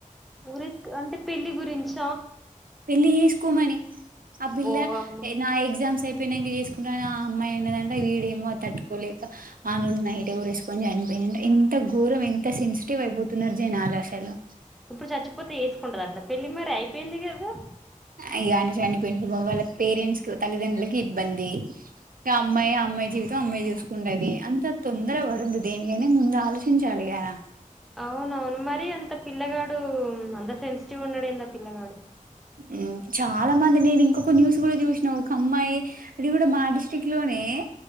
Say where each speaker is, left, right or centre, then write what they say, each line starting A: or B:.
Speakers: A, in the centre; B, on the right.
A: ఊరి అంటే పెళ్ళి గురించ
B: పెళ్ళి చేసుకోమని ఆ పిల్ల
A: ఓ అమ్మ!
B: నా ఎగ్జామ్స్ అయిపో నంక చేసుకుంట అని ఆ అమ్మాయిన్నదంటే వీడేమో అది తట్టు కోలేక ఆ రోజు నైట్ ఎ ఉరివేసుకొని చనిపోయినంట ఎంత ఘోరం ఇంత సెన్సిటివ్ అయిపోతున్నారు జనాలు అసలు
A: ఇప్పుడు చచ్చిపోతే చేసుకుంటదంటనా పెళ్లి మరి అయిపోయింది కదా
B: ఇగ ఆయన చనిపోయిండు వాళ్ళ పేరెంట్స్ తల్లిదండ్రులకి ఇబ్బంది ఇక అమ్మాయి ఆ అమ్మాయి జీవితం అమ్మాయి చూసుకుంటది అంత తొందర పడదు దేనికైనే ముందు ఆలోచించాలిగదా
A: అవునవును మరి అంత పిల్లగాడు అంత సెన్సిటివ్ ఉన్నడెండి ఆ పిల్లగాడు
B: హు చాలా మంది నేను ఇంకొక న్యూస్ కూడా చూసినా ఒక అమ్మాయి అది కూడా మా డిస్టిక్ లోనే ఏ